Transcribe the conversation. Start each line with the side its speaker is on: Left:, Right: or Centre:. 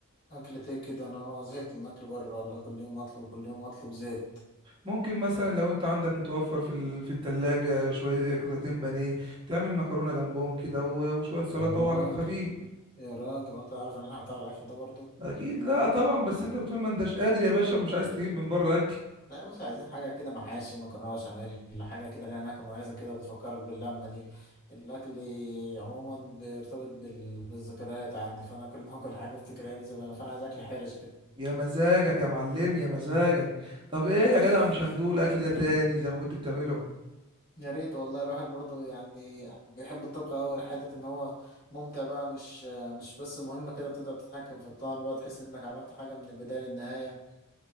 Left: اكلة ايه كده انا زهقت من اكل بره والله كل يوم اطلب كل يوم اطلب زهقت
Right: ممكن مثلا لو انت عندك متوفر في ال... في التلاجة شويه قطعتين بانيه تعمل مكرونه جنبهم كده و... وشويه سلطه
Left: يا راجل
Right: وعلى الخفيف
Left: يا راجل وانت عارف ان احنا بتاع الاكل ده برضه
Right: اكيد لا طبعا بس انت بتقول ما انتش قادر يا باشا ومش عايز تجيب من بره اكل
Left: لا يا باشا عايزين حاجة كده محاشي مكرونة بشاميل حاجة كده ليها نكهة مميزة كده بتفكرك باللمة دي الأكل عموما بيرتبط بال... بالذكريات عندي فأنا كل ما أكل حاجة أفتكر أيام زمان فأنا عايز أكل حرش كده
Right: يا مزاجك يا معلم يا مزاجك طب ايه
Left: <laughs>
Right: يا جدع مش هندول الاكل ده تاني زي ما كنت بتعمله
Left: يا ريت والله الواحد برضه يعني بيحب الطبخ أوي لحتة إن هو ممتع بقى مش مش بس مهمة كده تقدر تتحكم في الطعم بقى تحس إنك عملت حاجة من البداية للنهاية